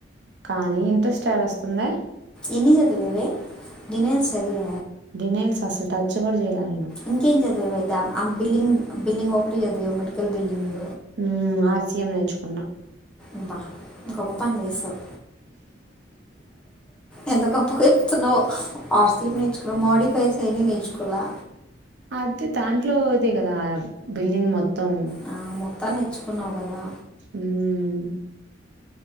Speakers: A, on the right; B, in the centre.
A: కానీ ఇంట్రెస్ట్ యాడ వస్తుందా
B: ఎన్ని చదివావే డీనాన్స్ చదివ
A: డినాన్స్ అస్సల్ టచ్ కూడా చేయాలే నేను
B: ఇంకేం చదివవే అయితే ఆమ్ ఆమ్ బిల్లింగ్ బిల్లింగ్ ఒకటి చదివ మెడికల్ బిల్లింగ్
A: మ్మ్ ఆర్సీఎం నేరుచుకున్నా
B: ఇ బా ఇం గొప్ప పని చేసావ్ ఎంత గొప్ప క చెప్తున్నావో ఆర్ సీ ప నేర్చుకున్నావ్ మోడీ ఫై ఆయన్ని నేర్చుకోలా
A: అదే దాంట్లో దే కదా బిల్లింగ్ మొత్తం
B: ఆ, మొత్తం నేర్చుకున్నావు కదా
A: మ్మ్